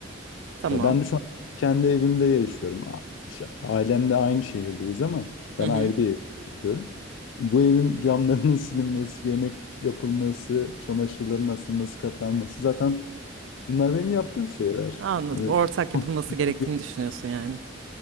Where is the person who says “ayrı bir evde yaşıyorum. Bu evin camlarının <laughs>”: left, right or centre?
Left